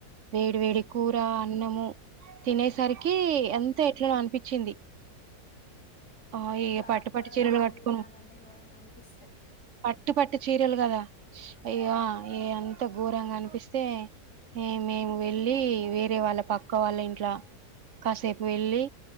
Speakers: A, on the right (about 55°); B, on the left (about 80°).
A: వేడి వేడి కూర అన్నము తినేసరికి ఎంత ఎట్లాన అనిపించింది ఆ ఇగ
B: ఇక
A: పట్టు
B: అప్పుడది
A: పట్టు చీరలు
B: అప్పుడే
A: కట్టుకుని
B: తినాలంటే ఘోరంగా అనిపిస్తది
A: పుట్టు పట్టు చీరలు కదా అయ్యో ఇ అంత ఘోరంగా అనిపిస్తే మేము వెళ్ళి వేరే వాళ్ళ పక్క వాళ్ళ ఇంట్లో కాసేపు వెళ్ళి